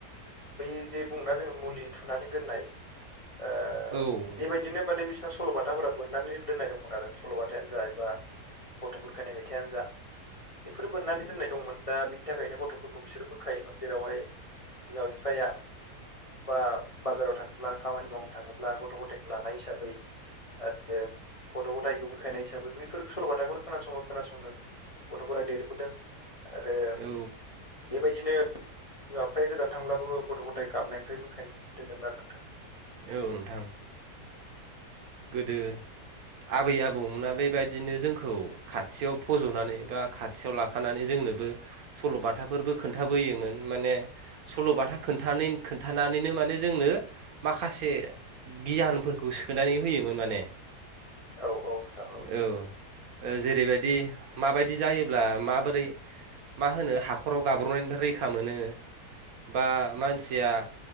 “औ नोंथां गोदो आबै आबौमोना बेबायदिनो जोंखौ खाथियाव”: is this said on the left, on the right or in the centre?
Right